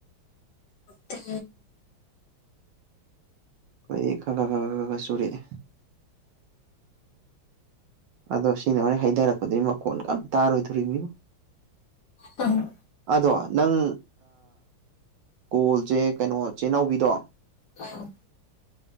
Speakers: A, on the left; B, on the right.
A: ꯛꯇ
B: ꯑꯩꯈꯣꯏꯗꯤ ꯈꯔ ꯈ ꯈ ꯈ ꯈ ꯈ ꯆꯨꯔꯛꯑꯦ ꯑꯗꯣ ꯁꯤꯅ ꯍꯣꯔꯣꯏ ꯍꯥꯏꯩꯊꯔꯛꯄꯗꯨ ꯃꯈꯣꯟ ꯀꯝ ꯇꯥꯔꯣꯏꯗꯣꯔꯤꯅꯤꯣ
A: ꯑꯝ
B: ꯑꯗꯣ ꯅꯪ ꯀꯣꯜꯁꯦ ꯀꯩꯅꯣ ꯆꯦꯅꯥꯎꯕꯤꯗꯣ
A: ꯑꯥ